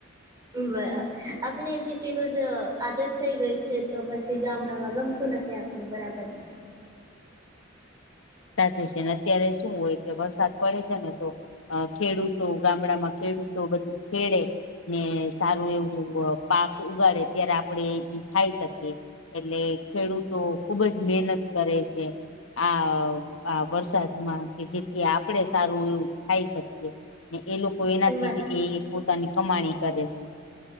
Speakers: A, on the right; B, on the left.
A: વ આપણે સિટીનું જ આદત થઈ ગઈ છે, તો પછી ગામડામાં ગમતું ન તે આપને બરાબર છે.
B: સાચું છે, ને અત્યારે શું હોય કે વરસાદ પડે છે, ને તો અ ખેડૂતો ગામડામાં ખેડૂતો બધું ખેડે ને સારું એવું પાક ઉગાડે ત્યારે આપણેે ઈ ખાઈ શકીએ. એટલે ખેડૂતો ખુબ જ મહેનત કરે છે, આ આ વરસાદમાં કે જેથી આપણેે સારું એવું ખાઈ શકીએ ને એ લો કો એનાથી
A: બરાબર
B: જ એ પોતાની કમાણી કરે છે.